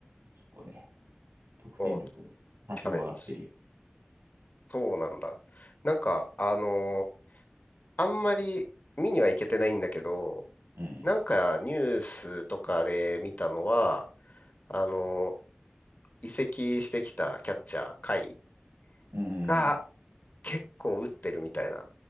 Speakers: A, on the right; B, on the left.
A: 結構ね、得点力も多少上がってるよ。
B: おうキャベツ。そうなんだ。なんか、あのーあんまり見には行けてないんだけど、
A: うん。
B: なんかニュースとかで見たのは、あのー移籍してきたキャッチャー、甲斐
A: うん。
B: が結構打ってるみたいな。